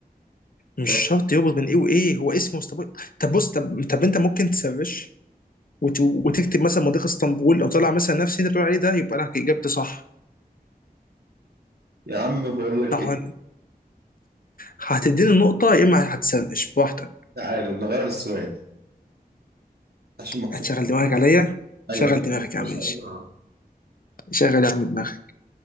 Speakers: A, on the left (about 60°); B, on the right (about 80°).
A: مش
B: فاهم؟
A: شرط يربط بين ايه وايه هو اسمه اسطنبول طب بص طب طب انت ممكن تسرش وت- وتكتب مثلا مضيق اسطنبول او طلع مثلا نفس اللي انت بتقول عليه ده يبقى انا اجابتي صح
B: يا عم بقول لك
A: صح
B: ايه
A: ولا لأ؟ هتديني النقطه يا اما هتسرش براحتك
B: تعالى نغير السؤال عشان ما تصحش
A: هتشغل دماغك عليا
B: ايوه
A: شغل
B: عشان
A: دماغك يا
B: ما
A: عم
B: تصحش
A: ماشي
B: عليك غلط.
A: شغل يا عم دماغك